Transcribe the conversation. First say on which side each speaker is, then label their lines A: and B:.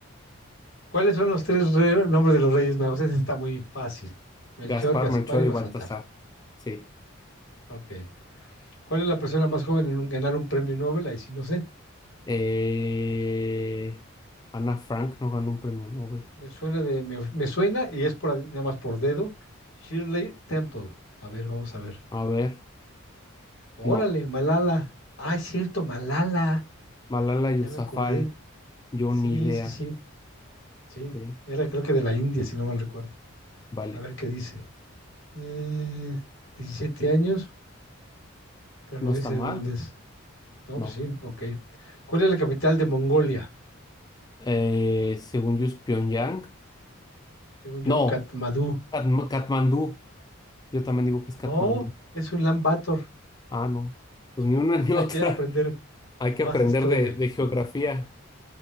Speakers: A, on the left; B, on the left.
A: ¿Cuáles son los tres re- nombres de los Reyes Magos? Ese está muy fácil. Melchor,
B: Gaspar,
A: Gaspar
B: Melchor
A: y Baltasar.
B: y Baltasar. Sí.
A: Ok. ¿Cuál es la persona más joven en un- ganar un premio Nobel? Ahí sí, no sé.
B: Eh, Ana Frank no ganó un premio Nobel.
A: Me suena de, me, me suena y es por, nada más por dedo. Shirley Temple. A ver, vamos a ver.
B: A ver,
A: Órale,
B: no.
A: Malala. Ah, es cierto, Malala.
B: Malala
A: Ya
B: Yousafzai.
A: me acordé.
B: Yo
A: Sí,
B: ni idea.
A: sí, sí. Sí.
B: Ok,
A: Era creo que de la India, si no mal recuerdo.
B: vale.
A: A ver qué dice. Eh, 17 años, pero no
B: No
A: dice
B: está
A: de
B: mal.
A: dónde es. No,
B: No.
A: pues sí, ok. ¿Cuál es la capital de Mongolia?
B: Eh, según yo es Pyongyang.
A: Según yo,
B: No.
A: Katmandú.
B: Katm- Katmandú. Yo también digo que es Katmandú.
A: No, es un Lambator.
B: Ah, no. Pues ni una <laughs> ni
A: Hay
B: otra.
A: que aprender
B: Hay
A: más
B: que aprender
A: historia.
B: de, de geografía.